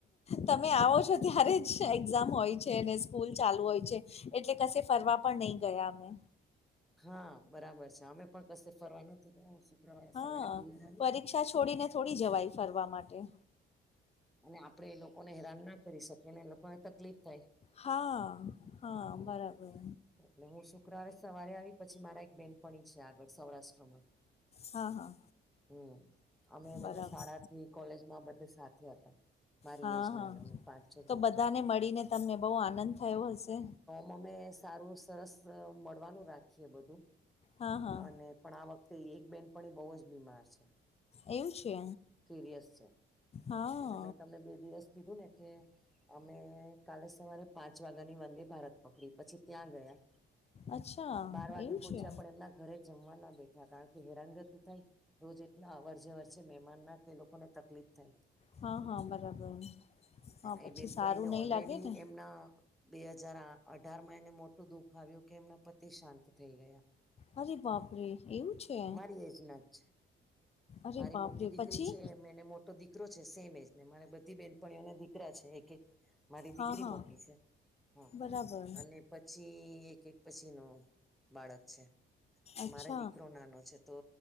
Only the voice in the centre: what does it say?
હા બરાબર છે અમે પણ કશે ફરવા નથી ગયા. શુક્રવારે
સવારે પિયર આવી
અને આપણેે એ લોકોને હેરાન ના કરી શકીએ અનેને એ લોકોને તકલીફ થાય.
હમ
એટલે હું શુક્રવારે સવારે આવી પછી મારા એક બેનપણી છે, આગળ સૌરાષ્ટ્રમાં
હમ અમે
બધા શાળાથી કોલેજ માં બધા સાથે હતા. મારી
એજ
ના જ અમે પાંચ છ
જણા
મમે સારું સરસ મળવાનું રાખીએ બધું
અને પણ આ વખતે એક બેન પણ બહુ જ બીમાર છે.
સીરયસ છે.
એટલે મેં તમને બે દિવસ કીધું ને કે અમે કાલે સવારે પાંચ વાગ્યા ની વંદે ભારત પકડી પછી ત્યાં ગયા.
બાર વાગે
પહોંચ્યા
પણ એમના ઘરે જમવા ના બેઠા કારણ કે હેરાનગતિ થાય રોજ એટલા અવર જવર છે, મહેમાન ના તે લોકોને તકલીફ થાય.
એ
બેનપણીને
ઓલરેડી
એમના બે હજાર અઢારમાં એને મોટું દુઃખ આવ્યું કે એમના પતિ શાંત થઈ ગયા.
મારી એજ ના જ છે
મારી
મોટી દીકરી
છે, એને મો તો દીકરો છે, સેમ એજ ને મારે બધી બેનપણીઓ દીકરા છે, એક એ મારી
દીકરી
મોટી છે. હા.
અને પછી એક એક પછી નો બાળક છે. તો
મારે દીકરો નાનો છે. તો